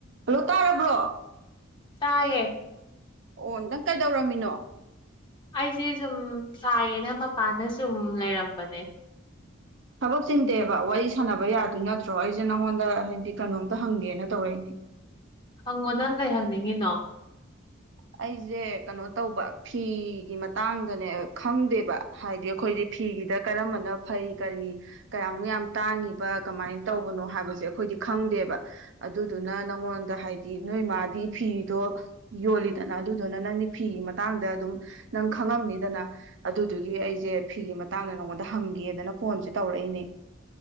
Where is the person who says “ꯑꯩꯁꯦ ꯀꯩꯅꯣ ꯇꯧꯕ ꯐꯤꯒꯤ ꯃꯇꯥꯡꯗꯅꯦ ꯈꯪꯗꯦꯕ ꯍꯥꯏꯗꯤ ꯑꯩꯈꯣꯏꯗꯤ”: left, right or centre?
Right